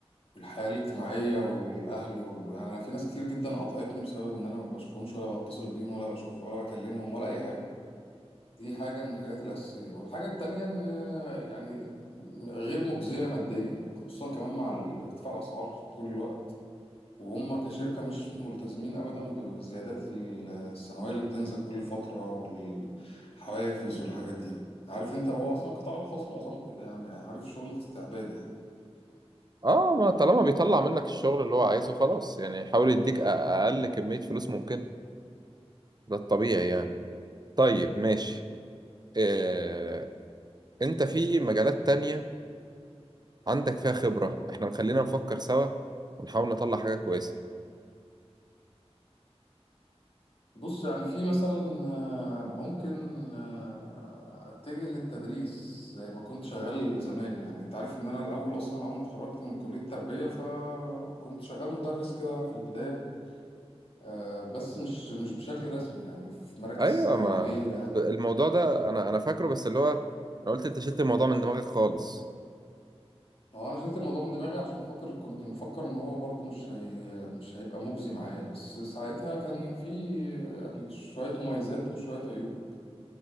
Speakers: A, on the left; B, on the right.
A: والحياة الاجتماعية والاهل وال... يعني انا في ناس كتير جدا قطعتني بسبب ان انا ما بشوفهمش ولا بتصل بيهم ولا بشوف ولا بكلمهم ولا اي حاجة دي حاجة من الحاجات الأساسية والحاجة التانية إن يعني غير مجزية ماديا خصوصا كمان مع ارتفاع الأسعار طول الوقت وهم كشركة مش ملتزمين أبدا بالزيادات ال- السنوية اللي بتنزل كل فترة والحوافز والحاجات دي عارف انت هو أصلا القطاع الخاص معظمه كده يعني عارف شغل استعباد يعني
B: اه ما طالما بيطلع منك الشغل اللي هو عايزه خلاص يعني يحاول يديك أ- اقل كميه فلوس ممكن ده الطبيعي يعني طيب ماشي آه، انت في مجالات تانية عندك فيها خبره احنا خلينا نفكر سوا ونحاول نطلع حاجه كويسه
A: بص يعني في مثلا آه، ممكن آه، أتجه للتدريس زي ما كنت شغال زمان يعني انت عارف ان انا الاول اصلا اول ما اتخرجت من كلية تربية فكنت شغال مدرس كده في البداية آه، بس مش مش بشكل رسمي يعني في مراكز
B: ايوه
A: تعليمية
B: ما ب- الموضوع ده انا انا فاكره بس اللي هو انا قلت انت شلت الموضوع من دماغك خالص
A: هو انا شلت الموضوع من دماغي عشان خاطر كنت مفكر ان هو برضو مش هي... مش هيبقى مجزي معايا بس ساعتها كان في يعني شوية مميزات وشوية عيوب